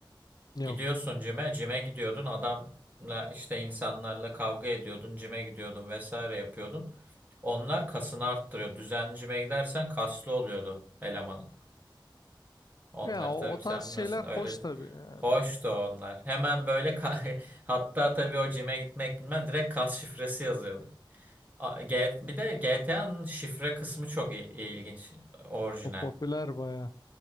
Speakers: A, on the left (about 50°); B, on the right (about 20°).
A: Yok.
B: Gidiyorsun cime, cime gidiyordun adamla işte insanlarla kavga ediyordun, cime gidiyordun vesaire yapıyordun. Onlar kasını arttırıyor. Düzenli cime gidersen kaslı oluyordu elemanın. Onları
A: Ya o,
B: tabii
A: o
B: sen
A: tarz şeyler
B: bilmiyorsun. Öyle
A: hoş
B: de-
A: tabii yani.
B: hoştu onlar. Hemen böyle ka- <laughs> hatta tabii o cime gitmek bilmem direkt kas şifresi yazıyorduk. A- G- Bir de GTA'nın şifre kısmı çok i- ilginç, orijinal.
A: O popüler baya.